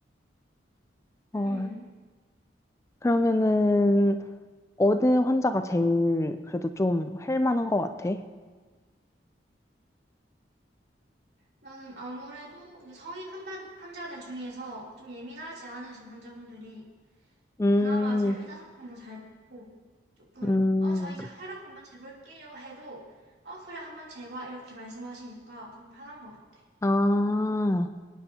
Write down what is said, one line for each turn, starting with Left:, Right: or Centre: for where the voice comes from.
Left: 어,
Right: 음.
Left: 그러면은, 어느 환자가 제일 그래도 좀 할 만한 것 같아?
Right: 나는 아무래도 이제 성인 환자, 환자들 중에서 좀 예민하지 않으신 환자분들이
Left: 음,
Right: 그나마 제 의사소통도 잘 되고 조금
Left: 음,
Right: 어 저 이제 혈압 한번 재볼게요 해도 어 그래 한번 재봐 이렇게 말씀하시니까 조금 편한 것 같아.
Left: 아,